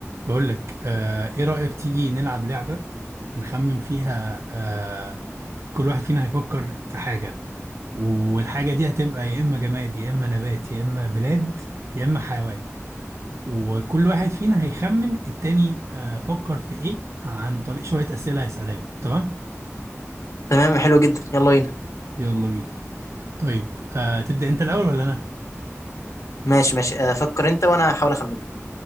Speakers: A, on the right; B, on the left.
A: بقول لك آه ايه رأيك تيجي نلعب لعبة هنخمن فيها آه كل واحد فينا هيفكر في حاجة والحاجة دي هتبقى يا إما جماد يا إما نبات يا إما بلاد يا إما حيوان وكل واحد فينا هيخمن التاني آه فكر في ايه عن طريق شوية أسئلة هيسألها له تمام
B: تمام حلو جدا يلا بينا
A: يلا بينا طيب آه تبدأ انت الأول ولا أنا
B: ماشي ماشي آه، فكر انت وانا هحاول اخمنها